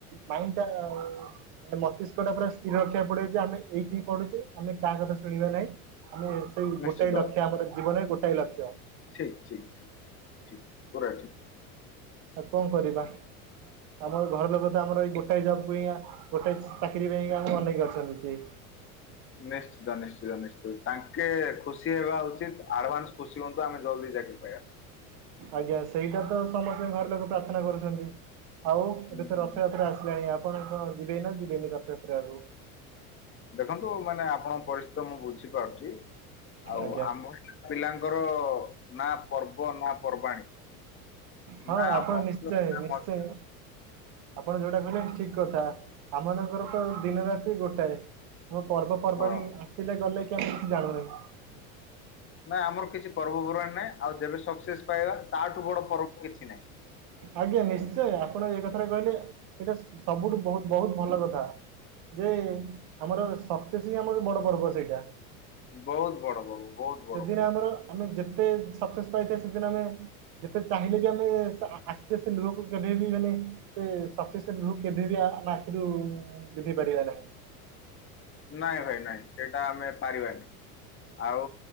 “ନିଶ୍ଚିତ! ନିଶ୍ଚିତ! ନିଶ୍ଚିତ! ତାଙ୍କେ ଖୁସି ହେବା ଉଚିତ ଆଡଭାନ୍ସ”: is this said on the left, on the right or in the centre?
Left